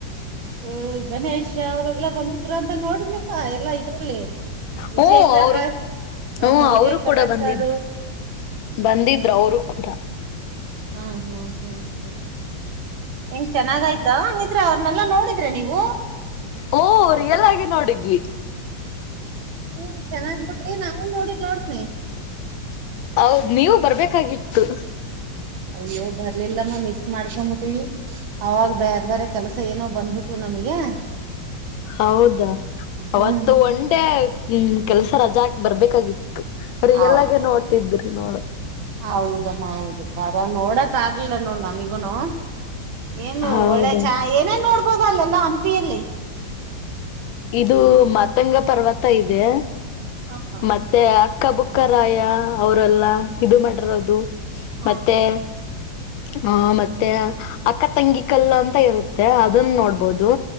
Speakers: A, on the right (about 85°); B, on the left (about 85°).
A: ಓ ಗಣೇಶ ಅವ್ರಲ್ಲಾ ಬಂದಿದ್ರು ಅಂತ ನೋಡನಪ್ಪ ಎಲ್ಲಾ ಇದ್ರಲ್ಲಿ. ವಿಜಯ್
B: ಹ್ಮ
A: ಪ್ರಕಾಶ್.
B: ಅವರು
A: ಹು
B: ಹ್ಮ
A: ವಿಜಯ್
B: ಅವರು
A: ಪ್ರಕಾಶ್
B: ಕೂಡ ಬಂದಿದ್ರು
A: ಸರು
B: ಬಂದಿದ್ರು ಅವರು ಕೂಡ
A: ಹು ಹು ಹು ಹು ಹೆಂಗ್ ಚೆನ್ನಾಗಯ್ತಾ ಹಂಗಿದ್ರ ಅವ್ರನೆಲ್ಲಾ ನೋಡಿದ್ರಾ ನೀವು.
B: ಓ ರಿಯಲ್ ಆಗಿ ನೋಡಿದ್ವಿ.
A: ಹು ಚೆನ್ನಾಗ ನೋಡ್ರಿ ನಾವ ನೋಡಿಲ್ಲ ನೋಡ್ರಿ.
B: ಹೌದ ನೀವು ಬರ್ಬೇಕಾಗಿತ್ತು.
A: ಅಯ್ಯೋ ಬರ್ಲಿಲ್ಲಮ್ಮ ಮಿಸ್ ಮಾಡ್ಕೊಂಬಿಟ್ಟೀವಿ. ಅವಾಗ ಬೇರೆ ಬೇರೆ ಕೆಲ್ಸ ಏನೋ ಬಂದ್ಬಿಟವ ನಮಗೆ.
B: ಹೌದಾ ಅವತ್ತು
A: ಹ್ಮ್
B: ಒಂದ್ ಡೇ ಹು ಕೆಲ್ಸ ರಜಾ ಹಾಕ್ ಬರ್ಬೇಕಾಗಿತ್ತು. ತ್ತು ರಿಯಲ್
A: ಹೌದು
B: ಆಗೇ ನೋಡ್ತಿದ್ರಿ ನೋಡ.
A: ಹೌದಮ್ಮ ಹೌದ ವರ ನೋಡಕ್ ಆಗ್ಲಿಲ್ಲ ನಮಿಗೂನು. ಏನು
B: ಹೌದಾ
A: ಒಳ್ಳೆ ಚಾ ಏನ ಏನ ನೋಡ್ಬೋದ ಅಲ್ಲೆಲ್ಲಾ ಹಂಪಿಯಲ್ಲಿ.
B: ಇದು ಮತಂಗ ಪರ್ವತ ಇದೆ ಮತ್.
A: ಹ ಹ
B: ಮತ್ತೆ ಅಕ್ಕ ಬುಕ್ಕ ರಾಯ ಅವರೆಲ್ಲಾ ಇದು ಮಾಡಿರೋದು
A: ಹ
B: ಮತ್ತೆ. ಹ ಮತ್ತೆ ಅಕ್ಕ ತಂಗಿ ಕಲ್ಲು ಅಂತ ಇರುತ್ತೆ ಅದನ್ನ ನೋಡ್ಬೋದು.